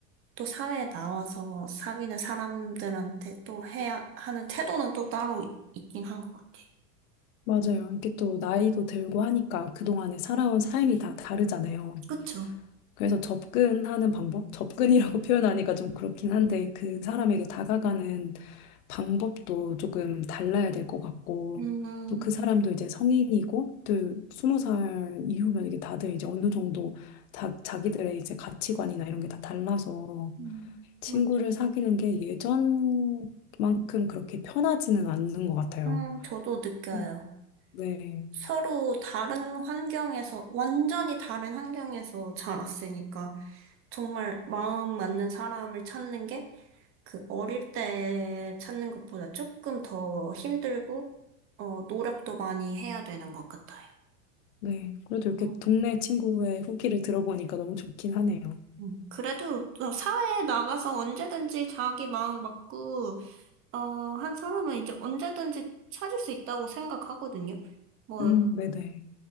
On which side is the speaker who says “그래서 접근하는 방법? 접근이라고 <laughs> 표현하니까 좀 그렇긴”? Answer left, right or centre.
Left